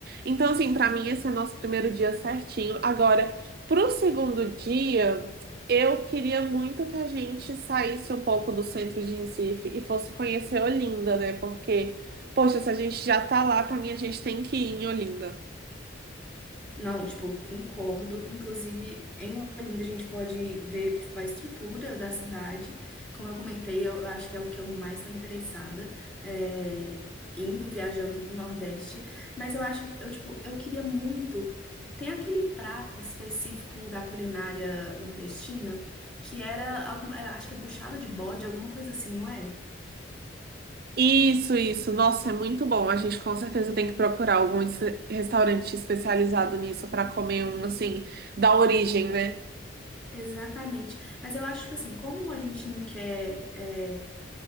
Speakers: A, on the right (about 50°); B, in the centre.
A: Então, assim, pra mim esse é o nosso primeiro dia certinho. Agora, pro segundo dia, eu queria muito que a gente saísse um pouco do centro de Recife e fosse conhecer Olinda, né? Porque, poxa, se a gente já tá lá, pra mim a gente tem que ir em Olinda.
B: Não, tipo, concordo. Inclusive, em Olinda a gente pode ver, tipo, a estrutura da cidade. Como eu comentei, eu acho que é o que eu mais estou interessada, é, indo, viajando pro Nordeste. Mas eu acho, eu, tipo, eu queria muito... Tem aquele prato específico da culinária nordestina, que era, algum- é, acho que é buchada de bode, alguma coisa assim, não é?
A: Isso, isso. Nossa, é muito bom. A gente com certeza tem que procurar algum es- restaurante especializado nisso pra comer um, assim, da origem, né?
B: Exatamente. Mas eu acho, tipo assim, como a gente não quer... eh,